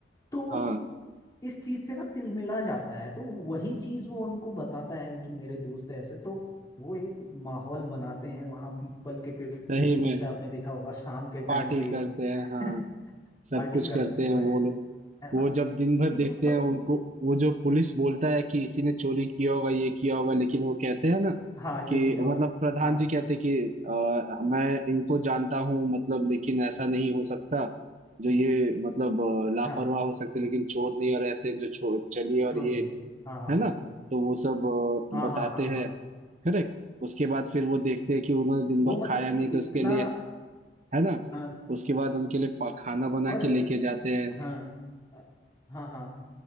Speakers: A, on the left; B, on the right.
A: तो वो
B: हाँ
A: इस चीज से ना तिलमिला जाता है तो वही चीज वो उनको बताता है कि मेरे दोस्त ऐसे तो वो एक माहौल बनाते हैं वहां पीपल के पेड़
B: सही
A: के नीचे
B: में
A: आपने देखा होगा शाम के टाइम
B: पार्टी
A: पे
B: करते हैं
A: <laughs>
B: हाँ सब
A: पार्टी
B: कुछ
A: करते
B: करते
A: हुए
B: हैं वो
A: हैं
B: लोग
A: है
B: वो
A: ना
B: जब दिन भर
A: एक
B: देखते
A: मतलब
B: हैं उनको
A: कि
B: वो जो पुलिस बोलता है कि इसी ने चोरी किया होगा ये किया होगा लेकिन वो कहते हैं ना
A: हाँ ये
B: कि
A: किया हो
B: मतलब प्रधान
A: हाँ
B: जी कहते कि अ, मैं इनको जानता हूँ मतलब लेकिन ऐसा नहीं हो सकता जो ये मतलब अ, लापरवाह
A: हाँ
B: हो सकते लेकिन चोर नहीं और ऐसे जो चोर चलिए और
A: श्योर
B: ये
A: नहीं हाँ हाँ
B: है ना तो वो सब
A: हाँ
B: अ, बताते
A: हाँ हाँ
B: हैं
A: हाँ
B: करेक्ट उसके बाद फिर वो देखते हैं कि उन्होंने दिन
A: वो
B: भर
A: मतलब
B: खाया
A: कि
B: नहीं तो
A: इतना
B: उसके लिए है ना
A: हाँ
B: उसके बाद उनके लिए पा- खाना बना
A: और
B: के लेके जाते हैं
A: हाँ अ, हाँ हाँ